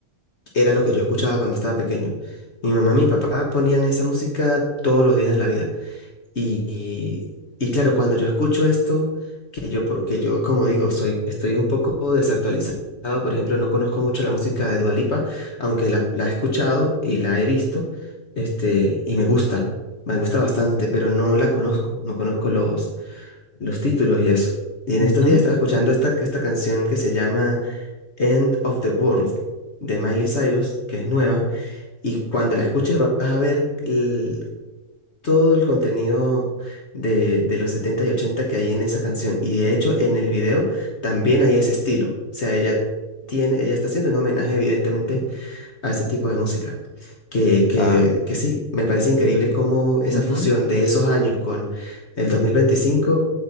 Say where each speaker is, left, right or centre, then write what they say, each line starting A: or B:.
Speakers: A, on the left (about 55°); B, on the left (about 25°).
A: Era lo que yo escuchaba cuando estaba pequeño. Mi mamá y mi papá ponían esa música todos los días de la vida. Y, y, y claro, cuando yo escucho esto, que yo, por- que yo, como digo, soy, estoy un poco desactualizado. Por ejemplo, no conozco mucho la música de Dua Lipa, aunque la, la he escuchado y la he visto, este, y me gusta, me gusta bastante, pero no la conozco, no conozco los, los títulos y eso. Y en
B: Ujú,
A: estos días estaba escuchando esta, esta canción que se llama End of the World de Miley Cyrus, que es nueva y cuando la escuches vas a ver el- todo el contenido de, de los 70 y 80 que hay en esa canción. Y de hecho en el video también hay ese estilo. O sea, ella tiene, ella está haciendo un homenaje evidentemente a ese tipo de música. Que,
B: está,
A: que, que sí, me parece increíble cómo esa
B: ujú.
A: fusión de esos años con el 2025